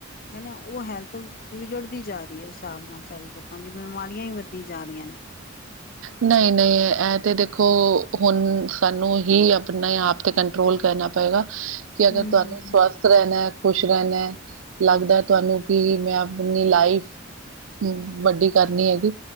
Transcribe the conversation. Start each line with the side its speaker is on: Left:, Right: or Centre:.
Left: ਹਨਾ ਉਹ ਹੈਲਥ ਵਿਗੜਦੀ ਜਾ ਰਹੀ ਹੈ ਉਸ ਹਿਸਾਬ ਨਾਲ ਸਾਰੇ ਲੋਕਾਂ ਦੀ ਬਿਮਾਰੀਆਂ ਹੀ ਵੱਧਦੀ ਜਾ ਰਹੀਆਂ ਨੇ
Right: ਨਹੀਂ -ਨਹੀਂ ਇਹ ਤੇ ਦੇਖੋ ਹੁਣ ਸਾਨੂੰ ਹੀ ਆਪਣੇ ਆਪ ਤੇ ਕੰਟਰੋਲ ਕਰਨਾ ਪਏਗਾ ਕਿ ਅਗਰ
Left: ਹਮ
Right: ਤੁਹਾਨੂੰ
Left: ਹਮ
Right: ਸਵਸਥ
Left: ਹਮ
Right: ਰਹਿਣਾ ਖੁਸ਼ ਰਹਦਾ ਹੈ ਲੱਗਦਾ ਤੁਹਾਨੂੰ ਕਿ ਮੈਂ ਆਪਣੀ ਲਾਈਫ ਹਮ ਵੱਡੀ ਕਰਨੀ ਹੈਗੀ